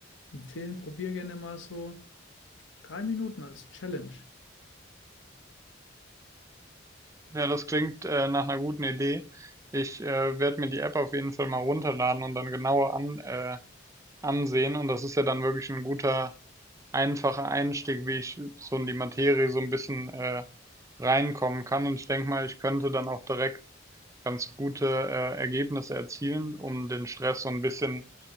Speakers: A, on the left (about 85°); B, on the right (about 15°).
A: empfehlen, probier gerne mal so drei Minuten als Challenge.
B: Ja, das klingt äh, nach einer guten Idee. Ich äh, werde mir die App auf jeden Fall mal runterladen und dann genauer an, äh, ansehen. Und das ist ja dann wirklich ein guter, einfacher Einstieg, wie ich so in die Materie so ein bisschen äh, reinkommen kann. Und ich denke mal, ich könnte dann auch direkt ganz gute äh, Ergebnisse erzielen, um den Stress so ein bisschen